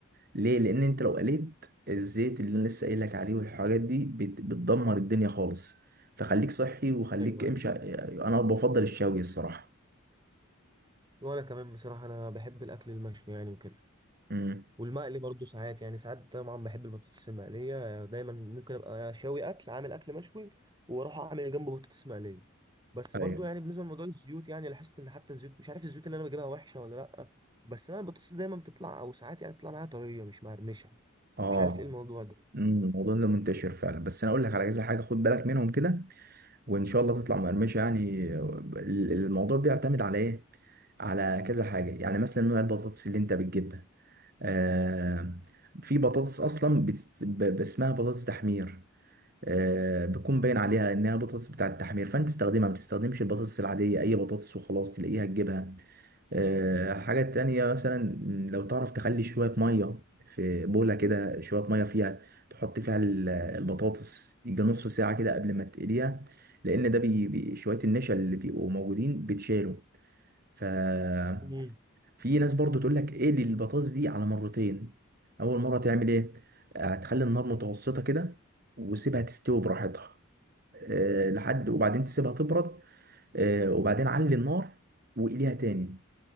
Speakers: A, on the right; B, on the right.
A: ليه لان انت لو قليت الزيت اللي انا لسه قايل لك عليه والحاجات دي بت- بتدمر الدنيا خالص فخليك صحي وخليك
B: ايوه
A: امشي
B: ايوه
A: انا بفضل الشوي الصراحة
B: وانا كمان بصراحه انا بحب الاكل المشوي يعني وكده
A: امم
B: والمقلي برضه ساعات يعني ساعات طبعا بحب البطاطس المقلية دايما ممكن ابقى شاوي اكل عامل اكل مشوي واروح اعمل جنبه بطاطس مقلية بس
A: ايوه
B: برضه يعني بالنسبة لموضوع الزيوت يعني لاحظت ان حتى الزيوت مش عارف الزيوت اللي انا بجيبها وحشة ولا لا بس انا البطاطس دايما بتطلع او ساعات يعني بتطلع معايا طرية مش مقرمشة فمش
A: اه
B: عارف ايه الموضوع ده
A: مم، الموضوع ده منتشر فعلا بس انا اقول لك على كذا حاجه خد بالك منهم كده وان شاء الله تطلع مقرمشه يعني ال- الموضوع بيعتمد على ايه على كذا حاجه يعني مثلا نوع البطاطس اللي انت بتجيبها آه في بطاطس اصلا بت- ب- ب- اسمها بطاطس تحمير آه بيكون باين عليها انها بطاطس بتاعه التحمير فانت تستخدمها ما بتستخدمش البطاطس العاديه اي بطاطس وخلاص تلاقيها تجيبها آه، حاجة تانية مثلا لو تعرف تخلي شوية مية في بولة كده شوية مية فيها تحط فيها ال- البطاطس يجي نص ساعة كده قبل ما تقليها لأن ده بي بي- شوية النشا اللي بيبقوا موجودين بتشالوا ففي
B: امم
A: ناس برضو تقول لك اقلي البطاطس دي على مرتين أول مرة تعمل إيه؟ هتخلي النار متوسطة كده وسيبها تستوي براحتها آه، لحد وبعدين تسيبها تبرد آه، وبعدين علي النار وقليها تاني